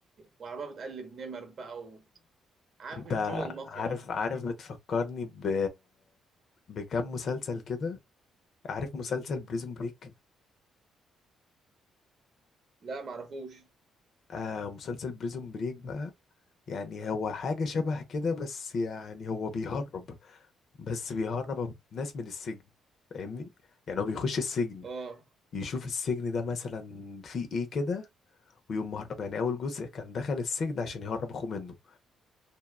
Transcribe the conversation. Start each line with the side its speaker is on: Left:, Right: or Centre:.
Right: وعربيه بتقلب نمر بقى عامل
Left: انت
Right: شغل المافيا
Left: عارف
Right: بقى
Left: عارف بتفكرني ب بكم مسلسل كده عارف مسلسل بريزون بريك
Right: لا معرفوش
Left: آه مسلسل بريزون بريك بقى يعني هو حاجة شبه كده بس يعني هو بيهرب بس بيهرب ناس من السجن فاهمني يعني هو بيخش السجن
Right: اه
Left: يشوف السجن ده مثلا فيه ايه كده ويقوم مهرب يعني اول جزء كان دخل السجن عشان يهرب اخوه منه